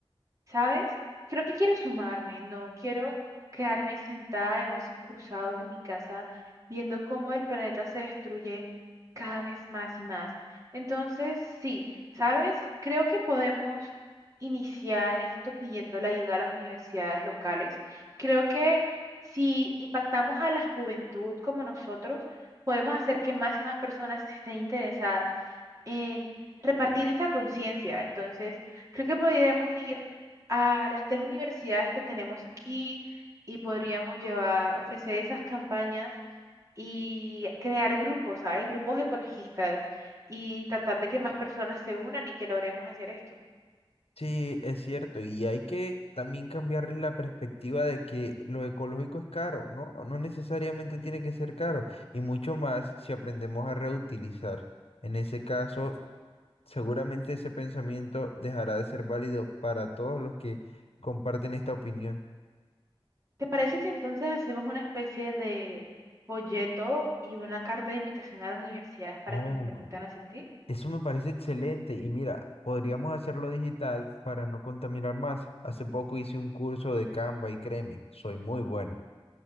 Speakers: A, on the right (about 35°); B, on the left (about 80°).
A: ¿Sabes? Creo que quiero sumarme, no quiero quedarme sentada de brazos cruzados en mi casa viendo cómo el planeta se destruye cada vez más y más. Entonces, sí, ¿sabes? Creo que podemos iniciar esto pidiendo la ayuda a las universidades locales. Creo que si impactamos a la juventud como nosotros, podemos hacer que más y más personas estén interesadas en repartir esta conciencia. Entonces, Creo que podríamos ir a las tres universidades que tenemos aquí y podríamos llevar, ofrecer esas campañas y crear grupos, ¿sabes? Grupos ecologistas y tratar de que más personas se unan y que logremos hacer esto.
B: Sí, es cierto, y hay que también cambiarle la perspectiva de que lo ecológico es caro, ¿no? No necesariamente tiene que ser caro, y mucho más si aprendemos a reutilizar. En ese caso, seguramente ese pensamiento dejará de ser válido para todos los que comparten esta opinión.
A: ¿Te parece si entonces hacemos una especie de folleto y una carta de invitación a las universidades para
B: Oh,
A: que nos permitan asistir?
B: Eso me parece excelente y mira, podríamos hacerlo digital para no contaminar más. Hace poco hice un curso de Canva y créeme, soy muy bueno.